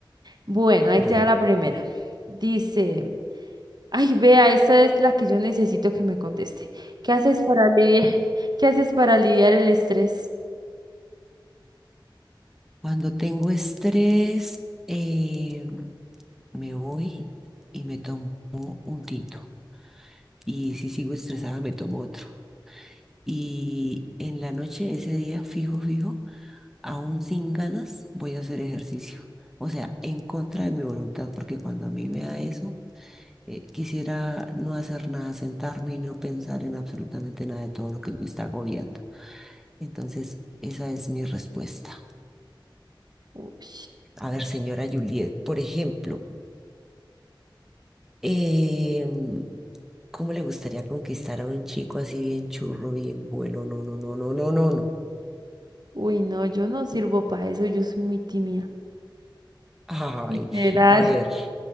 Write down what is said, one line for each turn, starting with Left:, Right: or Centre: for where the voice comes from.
Right: Bueno, ahí
Centre: bueno,
Right: te da la primera. Dice, ay, vea, esa es la que yo necesito que me conteste. ¿Qué haces para aliviar, <laughs> qué haces para aliviar el estrés?
Centre: cuando tengo estrés, eh, me voy y me tomo un tinto. Y si sigo estresada, me tomo otro. Y en la noche, ese día, fijo, fijo, aún sin ganas, voy a hacer ejercicio. O sea, en contra de mi voluntad, porque cuando a mí me da eso, eh, quisiera no hacer nada, sentarme y no pensar en absolutamente nada de todo lo que me está agobiando. Entonces, esa es mi respuesta.
Right: Uy.
Centre: A ver, señora Juliet, por ejemplo, em, ¿cómo le gustaría conquistar a un chico así bien churro, bien bueno? No, no, no, no, no, no, no.
Right: Uy, no, yo no sirvo para eso, yo soy muy tímida.
Centre: Ay,
Right: Literal.
Centre: a ver,